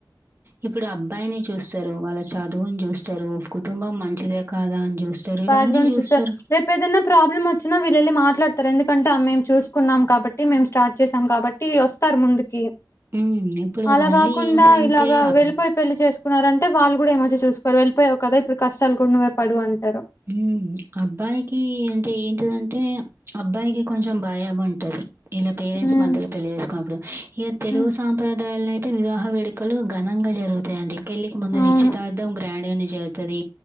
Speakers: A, on the right; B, on the left.
A: ఇప్పుడు అబ్బాయిని చూస్తారు వాళ్ళ చదువుని చూస్తారు కుటుంబం మంచిదే కాదా అని జూస్తారు. ఇవన్నీ
B: బ్యాక్గ్రౌండ్
A: జూస్తారు.
B: చూసారు రేపు ఏదైనా ప్రాబ్లమ్ వచ్చినా వీళ్ళు వెళ్ళి మా మాట్లాడతారు ఎందుకంటే ఆ మేము చూసుకున్నాం కాబట్టి మేం స్టార్ట్ చేసాం కాబట్టి వస్తారు ముందుకి
A: హ్మ్. ఇప్పుడు
B: అలా
A: మళ్ళీ
B: కాకుండా
A: ఏంటంటే
B: ఇలాగ
A: అబ్
B: వెళ్లిపోయి పెళ్లి చేసుకు న్నారంటే వాళ్ళు కూడా ఏమో చూసుకోరు వెళ్ళిపోయావు కదా ఇప్పుడు కష్టాలు కూడా నువ్వే పడు అంటారు
A: ఉమ్ అబ్బాయికి అంటే ఏంటి దంటే అబ్బాయికి కొంచెం భయం ఉంటది ఇలా పేరెంట్స్
B: ఉమ్,
A: మధ్యలో పెళ్లి చేసుకున్నప్పుడు ఇక తెలుగు
B: ఉమ్,
A: సాంప్రదాలయితే అయితే వివాహ వేడుకలు ఘనంగా జరుగుతాయి అండి పెళ్లికి ముందు
B: అవును
A: నిశ్చితార్థం ప్రడిని చూతది